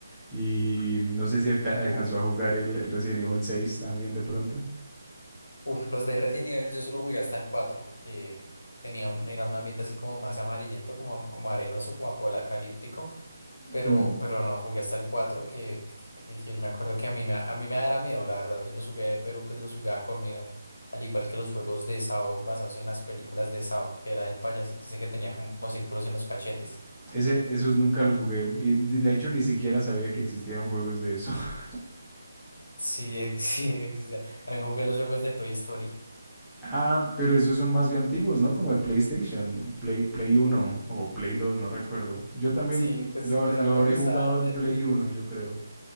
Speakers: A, in the centre; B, on the left (about 85°).
A: Y no sé si alca- alcanzó
B: Uf,
A: a jugar el, el Resident Evil 6 también de pronto.
B: uf, los de Resident Evil yo solo jugué hasta el 4 que tenía un, era un ambiente así como más amarillento, como, como arenoso, como apocalíptico. Pero,
A: Hmm.
B: pero no, jugué hasta el 4 que, que- que- que me acuerdo que a mí me, a mí me dará miedo, la verdad. Yo los jugué, pero pues los jugaba con miedo. Al igual que los juegos de Sao basados en las películas de Sao, que era el payasito ese que tenía como círculos en los cachetes.
A: Ese, esos nunca los jugué. Y de hecho ni siquiera sabía que existían juegos de eso. <laughs>
B: Sí, ex- <laughs> sí, existe. También jugué los juegos de Toy Story.
A: Ah, pero esos son más bien antiguos, ¿no? Como de PlayStation, Play, Play 1 o Play 2, no recuerdo. Yo también
B: Sí, pues,
A: lo,
B: pues
A: lo
B: a mí
A: habré
B: me gustaban.
A: jugado en
B: eh,
A: Play 1, yo creo.